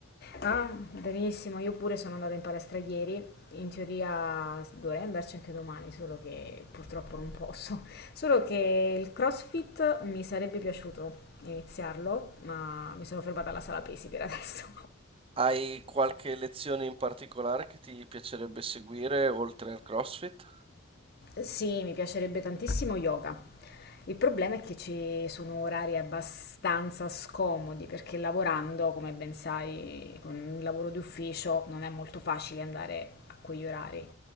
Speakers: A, on the left (about 50°); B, on the right (about 30°).
A: ah, benissimo. Io pure sono andata in palestra ieri. In teoria dovrei andarci anche domani, solo che purtroppo non posso. Solo che il CrossFit mi sarebbe piaciuto iniziarlo, ma mi sono fermata alla sala pesi per adesso.
B: Hai qualche lezione in particolare che ti piacerebbe seguire oltre al CrossFit?
A: Sì, mi piacerebbe tantissimo yoga. Il problema è che ci sono orari abbastanza scomodi perché lavorando, come ben sai, con il lavoro di ufficio non è molto facile andare a quegli orari.